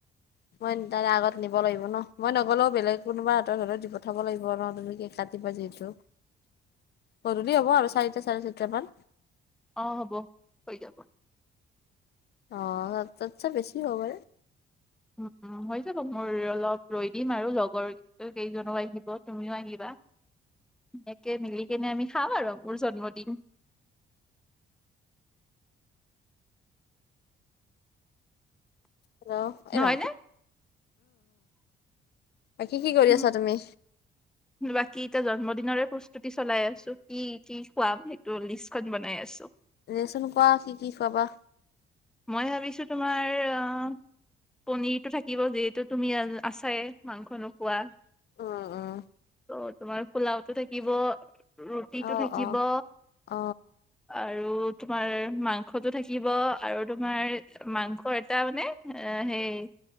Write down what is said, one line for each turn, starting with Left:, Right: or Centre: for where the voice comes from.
Left: <unintelligible> মই তাৰে আগত নিব লাগিব ন মই নগ'লেও বেলেগ কোনোবা হাতৰ হলেও দি পঠাব লাগিব ন তুমকৈ কাটিবা যিহেতু গধূলি হ'ব আৰু চাৰিটা চাৰে চাৰিটা মান
Centre: অ হ'ব হৈ যাব
Left: অ তাতচে বেছি হব পাৰে
Centre: উম উম মই অলপ ৰৈ দিম, আৰু লগৰ কেইজনো আহিব তুমিও আহিব এনেকে মিলি কেনে আমি খাাম আৰু মোৰ জন্মদিন
Left: হেল্ল' এইবাবু
Centre: নহয় নে?
Left: কি কি কৰি
Centre: উম,
Left: আছা তুমি
Centre: বাকী এতিয়া জন্মদিনৰে প্ৰস্তুতি চলাই আছো কি কি খোৱাম সেইটো লিষ্টখন বনাই আছো
Left: দেচোন কোৱা কি কি খোৱাবা
Centre: মই ভাবিছো তোমাৰ অ পনিৰটো থাকিব যিহেতু তুমি আছায়ে মাংস নোখোৱা ত
Left: উম উম
Centre: তোমাৰ পোলাওটো থাকিব ৰুটিটো
Left: অ অ
Centre: থাকিব
Left: অ অ
Centre: আৰু তোমাৰ মাংসতটো থাকিব আৰু তোমাৰ মাংস এটা মানে এ সেই